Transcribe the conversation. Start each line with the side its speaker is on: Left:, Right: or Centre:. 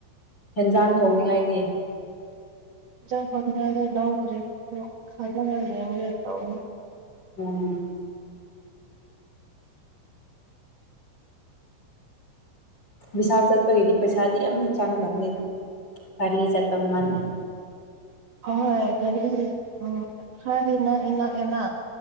Left: ꯍꯦꯟꯖꯥꯡ ꯊꯣꯡꯅꯤꯡꯉꯥꯏꯒꯤ
Right: ꯎꯗꯔꯤ ꯈꯜꯂꯒ ꯌꯦ ꯇꯧꯕꯅ
Left: ꯎꯝ ꯕꯤꯁꯥꯟ ꯆꯠꯄꯒꯤꯗꯤ ꯄꯩꯁꯥꯗꯤ ꯌꯥꯝꯗꯤ ꯆꯥꯡꯅꯕꯅꯦꯗ ꯒꯥꯔꯤ ꯆꯠꯄ ꯃꯥꯟꯗꯦ
Right: ꯑꯍ ꯍꯣꯏ ꯒꯥꯔꯤ ꯎꯝ ꯈꯔꯗꯤ ꯅꯛꯏ ꯅꯛꯑꯅ